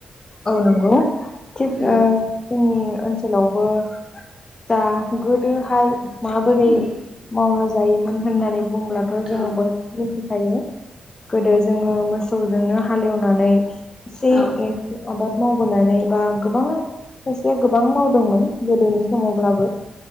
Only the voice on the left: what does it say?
औ नंगौ थिग जोंनि
ओनसोलावबो दा गोदोहाय माबोरै
मावना जायोमोन होननानै बुंब्लाथ' जोङो
बयबो थायो गोदो जोङो मोसौजोंनो हालेवनानै एसे
आबाद मावबोनानै बा गोबां खायसेया गोबां मावदोंमोन गोदोनि समावब्लाबो